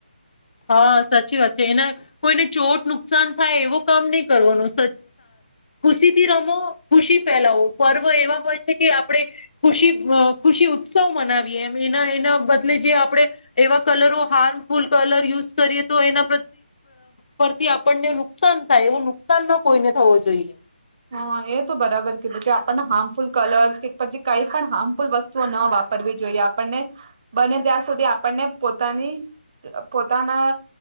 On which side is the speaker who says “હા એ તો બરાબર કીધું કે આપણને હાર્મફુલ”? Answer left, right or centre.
Right